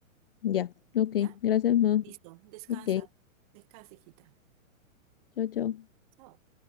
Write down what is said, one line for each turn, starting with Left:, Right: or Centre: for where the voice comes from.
Left: Ya, ok,
Right: ¿Ya?
Left: gracias, ma.
Right: Listo. Descansa.
Left: Ok,
Right: Descansa, hijita.
Left: chao, chao.
Right: Chao.